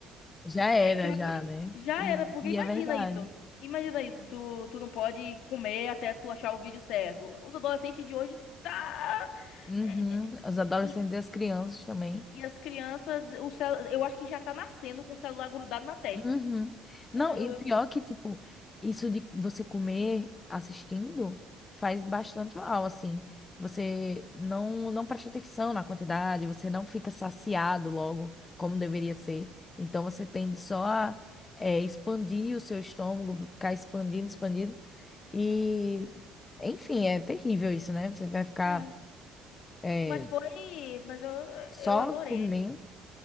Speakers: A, on the left; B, on the left.
A: já era
B: Eu
A: já,
B: tô-
A: né?
B: Já
A: E,
B: era, porque imagina
A: e é verdade.
B: isso. Imagina isso, tu, tu não pode comer até tu achar o vídeo certo. Os adolescentes de hoje tá.
A: Uhum,
B: é,
A: os adolescentes
B: E,
A: e as crianças também.
B: e as crianças, o cel... eu acho que já tá nascendo com o celular grudado na testa.
A: Uhum. Não,
B: É,
A: e
B: eu-
A: o pior é que, tipo, isso de você comer assistindo faz bastante mal, assim. Você não, não presta atenção na quantidade, você não fica saciado logo, como deveria ser. Então você tende só a é, expandir o seu estômago, ficar expandindo, expandindo. E, enfim, é terrível isso, né? Você vai ficar
B: é,
A: é,
B: Mas foi. Mas eu,
A: só
B: eu adorei.
A: comendo.